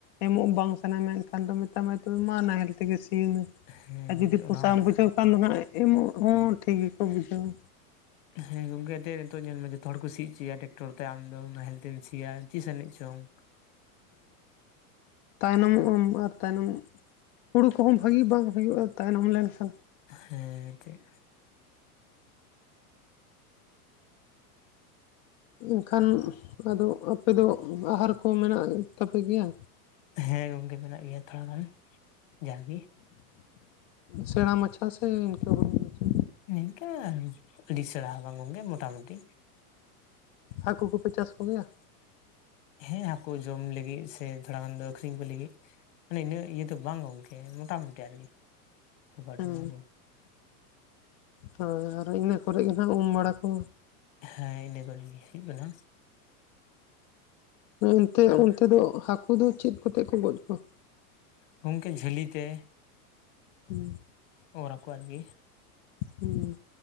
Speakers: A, on the left; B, on the left.
A: ᱮᱢᱚᱜ ᱵᱟᱝ ᱥᱟᱱᱟᱭ ᱢᱮᱱᱠᱷᱟᱱ ᱫᱚ ᱢᱮᱛᱟᱢᱟᱭ ᱫᱩ ᱢᱟ ᱱᱟᱦᱮᱞ ᱤᱫᱤᱢᱮ ᱤᱭᱩ
B: ᱦᱮᱸ
A: ᱟᱨ
B: ᱜᱚᱝᱠᱮ
A: ᱡᱩᱫᱤ ᱯᱚᱥᱟᱢ
B: ᱚᱱᱟ ᱦᱚᱸ
A: ᱵᱩᱡᱷᱟᱹᱣ ᱠᱷᱟᱱ ᱫᱚ ᱦᱟᱸᱜ ᱮᱢᱚᱜ ᱦᱚᱸ ᱴᱷᱤᱠ ᱜᱮᱠᱚ ᱵᱩᱡᱷᱟᱹᱣᱟ
B: ᱦᱮᱸ ᱜᱚᱢᱠᱮ ᱟᱛᱮ ᱱᱤᱛᱚᱜ ᱧᱮᱞ ᱢᱮ ᱡᱚᱛᱚ ᱦᱚᱲ ᱠᱚ ᱥᱤᱜ ᱪᱚᱭᱟ ᱴᱮᱠᱴᱚᱨ ᱛᱮ ᱟᱢᱫᱚ ᱱᱟᱦᱮᱞ ᱛᱮᱢ ᱥᱤᱭᱟ ᱛᱤᱥ ᱟᱹᱱᱤᱡᱽ ᱪᱚᱝ
A: ᱛᱟᱭᱱᱚᱢᱚᱜᱼᱟᱢ ᱟᱨ ᱛᱟᱭᱱᱚᱢ ᱦᱩᱲᱩ ᱠᱚᱦᱚᱸ ᱵᱷᱟᱹᱜᱤ ᱵᱟᱝ ᱦᱩᱭᱩᱜᱼᱟ ᱛᱟᱭᱱᱚᱢ ᱞᱮᱱᱠᱷᱟᱱ
B: ᱦᱮᱸ ᱜᱮᱸ
A: ᱮᱱᱠᱷᱟᱱ ᱟᱫᱚ ᱟᱯᱮ ᱫᱚ ᱟᱦᱟᱨ ᱠᱚ ᱢᱮᱱᱟᱜ ᱛᱟᱯᱮ ᱜᱮᱭᱟ
B: ᱦᱮᱸ ᱜᱚᱝᱠᱮ ᱢᱮᱱᱟᱜ ᱜᱮᱭᱟ ᱛᱷᱚᱲᱟ ᱜᱟᱱ ᱡᱟᱼᱜᱤ
A: ᱥᱮᱬᱟ ᱢᱟᱪᱷᱟ ᱥᱮ ᱤᱱᱠᱟᱹ ᱦᱩᱰᱤᱧ ᱢᱟᱪᱷᱟ
B: ᱱᱤᱝᱠᱟᱹ ᱟᱹᱰᱤ ᱥᱮᱬᱟ ᱵᱟᱝ ᱜᱚᱢᱠᱮ ᱢᱳᱴᱟᱢᱩᱴᱤ
A: ᱦᱟᱹᱠᱩ ᱠᱚᱯᱮ ᱪᱟᱥ ᱠᱚᱜᱮᱭᱟ
B: ᱦᱮᱸ ᱦᱟᱹᱠᱩ ᱡᱚᱢ ᱞᱟᱹᱜᱤᱫ ᱥᱮ ᱛᱷᱚᱲᱟ ᱜᱟᱱ ᱫᱚ ᱟᱠᱷᱨᱤᱧ ᱠᱚ ᱞᱟᱹᱜᱤᱫ ᱢᱟᱱᱮ ᱤᱱᱟᱹᱜ ᱤᱭᱟᱹ ᱫᱚ ᱵᱟᱝ ᱜᱚᱝᱠᱮ ᱢᱳᱴᱟᱢᱩᱴᱤ ᱟᱨᱠᱤ ᱰᱚᱵᱷᱟ
A: ᱦᱩᱸ
B: ᱰᱚᱵᱷᱟ ᱠᱚ
A: ᱦᱚᱭ ᱟᱨ ᱤᱱᱟᱹ ᱠᱚᱨᱮ ᱜᱮᱦᱟᱜ ᱩᱢ ᱵᱟᱲᱟ ᱠᱚ
B: ᱦᱮᱸ ᱤᱱᱟᱹ ᱠᱚᱨᱮᱜᱮ ᱦᱩᱭᱩᱜ ᱠᱟᱱᱟ
A: ᱮᱱᱛᱮ
B: ᱟᱨ
A: ᱚᱱᱛᱮ ᱫᱚ ᱦᱟᱹᱠᱩ ᱫᱚ ᱪᱮᱫ ᱠᱚᱛᱮ ᱠᱚ ᱜᱚᱡ ᱠᱚᱣᱟ
B: ᱜᱚᱝᱠᱮ ᱡᱷᱟᱹᱞᱤ ᱛᱮ
A: ᱦᱩᱸ
B: ᱚᱣᱟᱨ ᱠᱩᱣᱟ ᱞᱮ
A: ᱦᱩᱸ